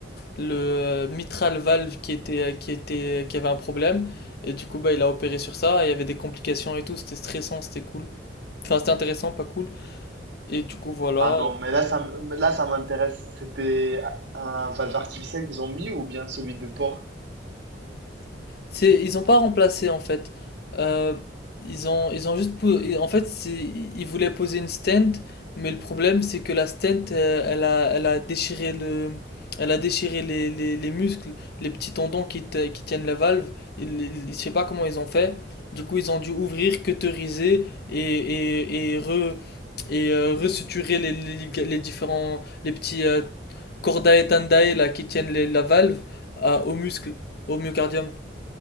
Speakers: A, on the left (about 60°); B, on the right (about 70°).
A: le euh, mitral valve qui était euh, qui était qui avait un problème et du coup bah il a opéré sur ça. Il y avait des complications et tout. C'était stressant, c'était cool. Enfin c'était intéressant, pas cool. Et du coup voilà.
B: Pardon, mais là, ça, m- mais là, ça m'intéresse. C'était un valve artificiel qu'ils ont mis ou bien celui de porc?
A: C'est, ils ont pas remplacé en fait. Euh, ils ont, ils ont juste, pou- en fait, c'est, ils voulaient poser une stent, mais le problème c'est que la stent, euh, elle a, elle a déchiré le, elle a déchiré les, les, les muscles, les petits tendons qui, te- qui tiennent la valve. Ils, ils- je sais pas comment ils ont fait. Du coup, ils ont dû ouvrir, cauteriser et, et, et re, et euh, resuturer les, les, liga- les différents, les petits euh, cordae tendae là qui tiennent les- la valve à- aux muscles, au myocardium.